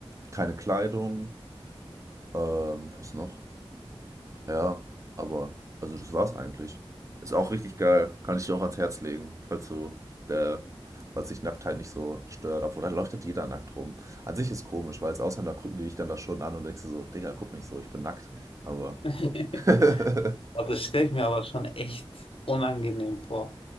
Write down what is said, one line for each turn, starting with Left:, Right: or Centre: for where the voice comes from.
Right: Keine Kleidung. Ähm, was noch? Ja, aber, also das war's eigentlich. Ist auch richtig geil. Kann ich dir auch ans Herz legen, falls du der, falls dich Nacktheit nicht so stört. Obwohl, da läuft halt jeder nackt rum. An sich ist komisch, weil als Ausländer gucken die dich dann da schon an und denkst du so, Digga, guck nicht so, ich bin nackt. Aber.
Left: <laughs>
Right: <laughs>
Left: Aber das stelle ich mir aber schon echt unangenehm vor.